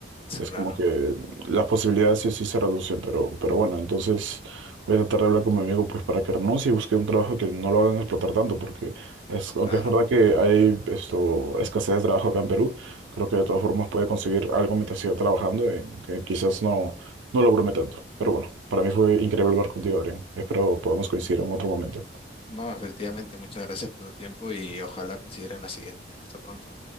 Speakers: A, on the left (about 30°); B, on the right (about 90°).
A: es
B: Es
A: claro,
B: como que las posibilidades sí, sí se reducen, pero, pero bueno, entonces voy a tratar de hablar con mi amigo pues para que renuncie y busque un trabajo que no lo hagan explotar tanto, porque es, aunque
A: claro.
B: es verdad que hay esto, escasez de trabajo acá en Perú, creo que de todas formas puede conseguir algo mientras siga trabajando, en que quizás no, no lo brome tanto. Pero bueno, para mí fue increíble hablar contigo, Adrián. Espero podamos coincidir en otro momento.
A: No, efectivamente, muchas gracias por tu tiempo y ojalá coincidiera en la siguiente. Hasta pronto.